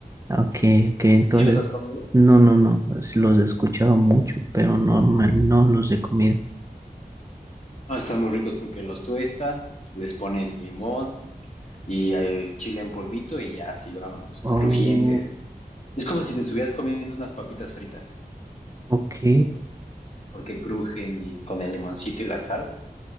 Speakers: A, on the right; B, on the left.
A: Ah, Ok, ok, entonces,
B: ¿sí los has comido?
A: no, no, no, es- los he escuchado mucho, pero no, me- no los he comido.
B: Ah, están muy ricos porque los tuestan, les ponen limón y eh, chile en polvito y ya así vámonos,
A: Oh,
B: crujientes. Es como si te estuvieras comiendo unas papitas fritas,
A: ok,
B: porque crujen y con el limoncito y la sal.